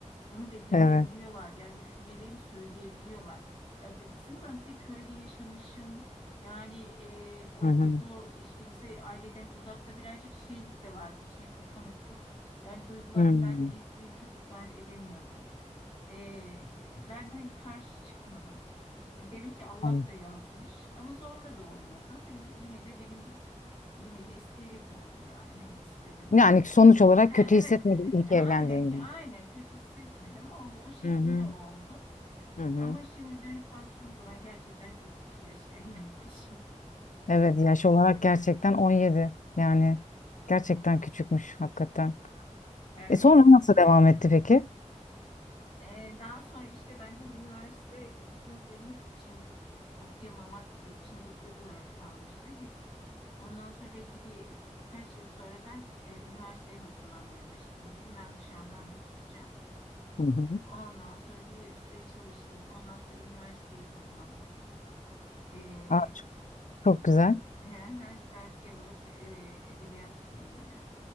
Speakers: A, on the left (about 45°); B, on the left (about 80°).
A: bunu belirtebiliyorlar
B: Evet.
A: yani düşüncelerini söyleyebiliyorlar. Ya bi- bizim zaman bir de köyde yaşamışım yani e, ortaokulu
B: Hı hı.
A: işte lise aileden uzakta birazcık şeylik de vardı içine kapanıklık. Yani duygularımı
B: Hı hı.
A: belki ne istediğimi çok ifade edemiyordum. Ee, ben de hani karşı çıkmadım. Yani Demek ki Allah
B: Hı hı.
A: da yazmış ama zorla da olmadı. Hani yine de benim yine de isteyerek oldu yani hani istedim.
B: Yani sonuç olarak
A: Ha,
B: kötü
A: evet
B: hissetmedim
A: e,
B: ilk evlendiğimde.
A: aynen ki aynen kötü hissetmedim oldu o şekilde
B: Hı hı.
A: oldu.
B: Hı hı.
A: Ama şimdi dönüp baktığım zaman gerçekten çok küçük yaşta evlenmişim. <laughs>
B: Evet yaş olarak gerçekten 17. Yani gerçekten küçükmüş hakikaten.
A: Evet.
B: E sonra nasıl devam etti peki?
A: Ee, daha sonra işte ben hani üniversite okumak böyle hep içimde ok- okuyamamak, içimde ukde olarak kalmıştı. Hep ondan sonra belli bir birkaç yıl sonra ben e, üniversiteye hazırlanmaya başladım. Dedim ben dışarıdan bitireceğim.
B: Hı hı.
A: Ondan sonra bir süre çalıştım. Ondan sonra üniversiteyi kazandım. Ee,
B: Aa, çok güzel.
A: <laughs> 4 yıllık e, edebiyat bölümünü.